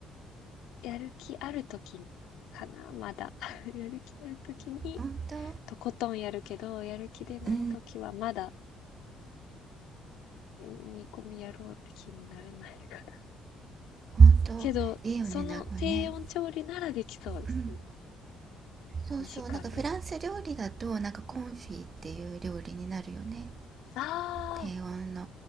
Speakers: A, on the left; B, on the right.
A: やる気ある時かな、まだ。<laughs> やる気ある時に、
B: 本当
A: とことんやるけど、やる気でない時はまだ
B: うん
A: 煮込みやろうって気になれないかな。<laughs>
B: 本当いいよねなんかね
A: けど、その低温調理ならできそうですね。
B: うんそうそうなんかフランス料理だとなんかコンフィっていう料理になるよね
A: 2時間で。ああ、
B: 低温の